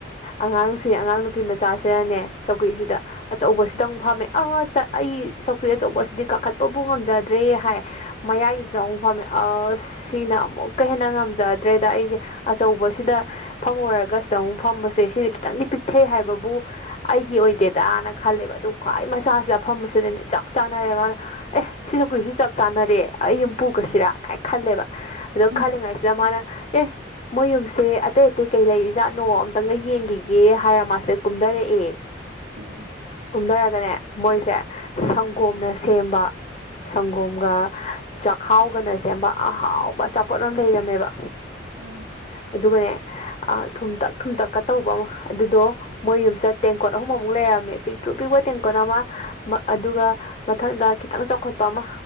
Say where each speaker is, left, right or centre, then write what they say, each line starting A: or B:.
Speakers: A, on the left; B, on the right.
A: ꯑꯉꯥꯡꯁꯤ ꯑꯉꯥꯡ ꯅꯨꯄꯤ ꯃꯆꯥꯁꯤꯔꯅꯦ ꯆꯧꯀ꯭ꯔꯤꯁꯤꯗ ꯑꯆꯧꯕꯁꯤꯗꯪ ꯑꯃꯨꯛ ꯐꯝꯃꯦ ꯑ ꯑꯩ ꯆꯧꯀ꯭ꯔꯤ ꯑꯆꯧꯕꯁꯤꯗꯤ ꯀꯥꯈꯠꯄꯕꯨ ꯉꯝꯖꯗ꯭ꯔꯦ ꯍꯥꯏ ꯃꯌꯥꯏꯒꯤꯁꯤꯗ ꯑꯃꯨꯛ ꯐꯝꯃꯦ ꯑꯁ ꯁꯤꯅ ꯑꯃꯨꯛꯀ ꯍꯦꯟꯅ ꯉꯝꯖꯗ꯭ꯔꯦꯗ ꯑꯩꯁꯦ ꯑꯆꯧꯕꯁꯤꯗ ꯐꯝ ꯑꯣꯏꯔꯒ ꯁꯤꯗ ꯑꯃꯨꯛ ꯐꯝꯕꯁꯦ ꯁꯤꯁ ꯈꯤꯇꯪꯗꯤ ꯄꯤꯛꯊꯩ ꯍꯥꯏꯕꯕꯨ ꯑꯩꯒꯤ ꯑꯣꯏꯗꯦꯗꯅ ꯈꯜꯂꯦꯕ ꯑꯗꯨ ꯈ꯭ꯋꯥꯏ ꯃꯆꯥꯁꯤꯗ ꯑ ꯐꯝꯕꯁꯤꯗꯅꯦ ꯆꯞ ꯆꯥꯟꯅꯔꯦꯕ ꯃꯥꯅ ꯑꯦ ꯁꯤꯁꯨ ꯀꯨꯔꯤꯁꯤ ꯆꯞ ꯆꯥꯟꯅꯔꯦ ꯑꯩ ꯌꯨꯝ ꯄꯨꯈ꯭ꯔꯁꯤꯔꯥ ꯀꯥꯏꯅ ꯈꯜꯂꯦꯕ ꯑꯗꯣ
B: ꯎꯝ
A: ꯈꯜꯂꯤꯉꯥꯏ ꯃꯥꯅ ꯑꯦ ꯃꯣꯏ ꯌꯨꯝꯁꯦ ꯑꯇꯩ ꯑꯇꯩ ꯀꯩ ꯂꯩꯔꯤ ꯖꯥꯠꯅꯣ ꯑꯝꯇꯪꯒ ꯌꯦꯡꯈꯤꯒꯦ ꯍꯥꯏꯔ ꯃꯥꯁꯦ ꯀꯨꯝꯘꯔꯛꯑꯦ
B: ꯎꯝ
A: ꯀꯨꯝꯗꯔꯒꯅꯦ ꯃꯣꯏꯁꯦ ꯁꯪꯒꯣꯝꯅ ꯁꯦꯝꯕ ꯁꯪꯒꯣꯝꯒ ꯆꯥꯛꯍꯥꯎꯒꯅ ꯁꯦꯝꯕ ꯑꯍꯥꯎꯕ ꯑꯆꯥꯄꯣꯠ ꯑꯃ ꯂꯩꯔꯝꯃꯦꯕ
B: ꯎꯝ
A: ꯑꯗꯨꯒꯅꯦ ꯊꯨꯝꯇꯛ ꯊꯨꯝꯇꯛꯀ ꯇꯧꯕ ꯑꯃ ꯑꯗꯨꯗꯣ ꯃꯣꯏ ꯌꯨꯝꯁꯤꯗ ꯇꯦꯡꯀꯣ ꯑꯍꯨꯝꯃꯨꯛ ꯂꯩꯔꯝꯃꯦ ꯄꯤꯛꯇ꯭ꯔꯨ ꯄꯤꯛꯄ ꯇꯦꯡꯀꯣꯠ ꯑꯃ ꯑꯗꯨꯒ ꯃꯊꯪꯗ ꯈꯤꯇꯪ ꯆꯥꯎꯈꯠꯄ ꯑꯃ